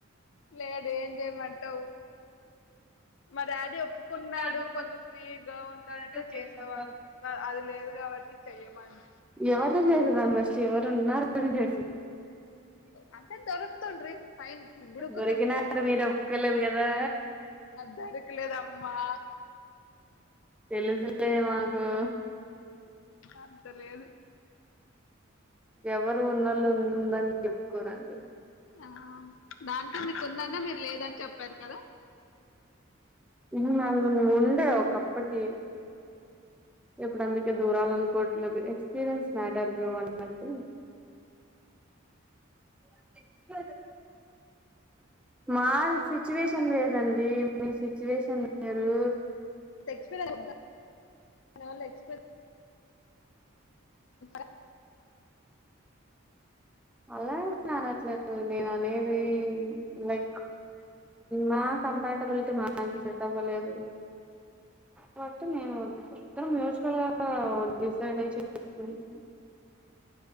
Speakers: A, on the left (about 70°); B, in the centre.
A: లేడు ఏంచెయ్ మ ఔ మా డాడీ ఒప్పుకున్నాడు
B: న్నాడు
A: కొంచెం ఫ్రీగా ఉంటాడంటే
B: అంటే చేసాం
A: చేసేవాళ్ళు
B: వాళ్ళు
A: అది లేదు కాబట్టి చెయ్యమని
B: ఎవరిని చేసుదాని ఫస్ట్ <unintelligible>
A: అంతేనా దొరక్ తుండ్రీ ఫైన్ బుడుకుతుంటుంది
B: దొరికినారు మీరు ఒప్పుకోలేదు కదా
A: దొరకలేదమ్మా
B: తెలుసు లే మాకు
A: అంత లేదు
B: ఎవరు ఉన్నోళ్ళు ఉందని చెప్పుకోరండి
A: ఆమ్ దానికి మీకు ఉందన్న మీరు లేదని చెప్పారు కదా
B: <unintelligible> ఉండె ఒకప్పటి ఇప్పుడందుకే దూరాలనుకోట్లేదు ఎక్స్పీరియన్స్ మ్యాటర్ బ్రో అన్నట్టు <unintelligible> <inaudible> మా సిచువేషన్ లేేదండీ మీ సిచ్యువేషన్ వేరు
A: ఎక్స్పీరన్స్ ద్ధనే వాళ్లు ఎక్స్పీరన్స్ <inaudible>
B: అలా అనట్లేదు నేను అనేదీ లైక్ మా కంపాటబిలిటీ మాకు సెట్ అవ్వలేదు కాబట్టి మేము ఇద్దరం మ్యూచువల్ గా డిసైడ్ అయి చేప్పేసుకున్నాము